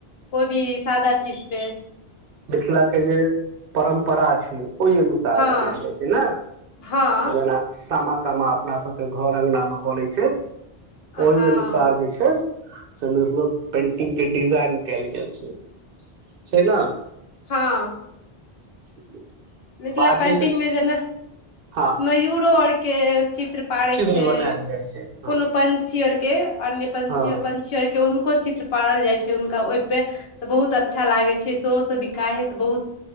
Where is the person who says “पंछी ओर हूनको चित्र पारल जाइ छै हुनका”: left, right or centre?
Left